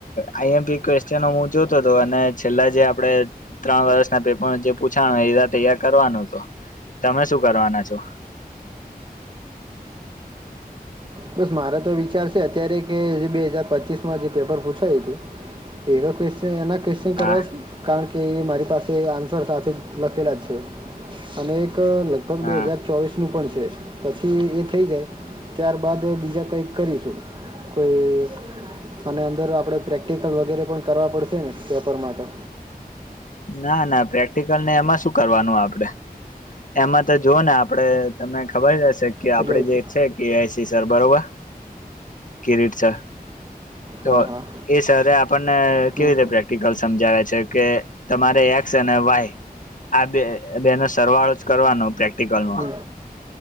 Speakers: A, on the left; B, on the right.
A: આઈ એમપી ક્વેશ્ચન હું જોતો હતો અને છેલ્લા જે આપડે ત્રણ વર્ષના પેપર જે પૂછાવા એ તૈયાર કરવાનો હતો. તમે શું કરવાના છો?
B: બસ મારો તો વિચાર છે અત્યારે કે જે બે હજાર પચીસમાં જે પેપર પૂછાયું હતું. એનો ક્વેશ્ચન એના ક્વેશ્ચન કરવા
A: હા
B: છે? કારણ કે એ મારી પાસે આન્સર સાથે જ લખેલા છે અને એક અ લ લગભગ
A: હા
B: બે હજાર ચોવીસનું પણ છે પછી એ થઈ જાય ત્યારબાદ બીજા કઈક કરીશું. કોઈ અને અંદર આપડે પ્રેક્ટિકલ વગેરે પણ કરવા પડશે ને પેપરમાં તો?
A: ના ના, પ્રેક્ટિકલને એમાં શું કરવાનું આપડે એમાં તો જોવોને આપડે તમને ખબર હશે કે આપડે
B: એટલે જ
A: જે છે કે આયસી સર બરોબર કિરીટ સર. તો
B: હા હા
A: એ સરે આપણને કેવી
B: હમ
A: રીતે પ્રેક્ટિકલ સમજાવે છે કે તમારે એક્સ અને વાય આ બે બેનો સરવાળો જ કરવાનો પ્રેક્ટિકલમાં.
B: હમ